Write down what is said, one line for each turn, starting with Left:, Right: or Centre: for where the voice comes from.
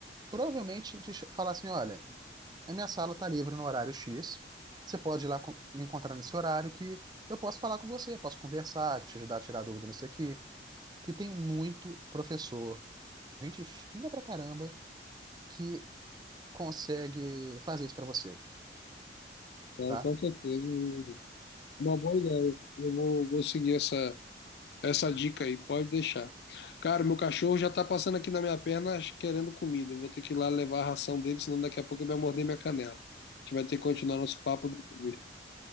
Right: provavelmente te ch- falar assim, olha, a minha sala está livre no horário X, você pode ir lá co- me encontrar nesse horário que eu posso falar com você, posso conversar, te ajudar a tirar dúvida nisso aqui, que tem muito professor, gente fina pra caramba, que consegue fazer isso pra você,
Left: Então,
Right: tá?
Left: com certeza. é Uma boa ideia. Eu vou, vou seguir essa. Essa dica aí, pode deixar. Cara, meu cachorro já tá passando aqui na minha perna querendo comida. Eu vou ter que ir lá levar a ração dele, senão daqui a pouco ele vai morder minha canela. A gente vai ter que continuar nosso papo depois.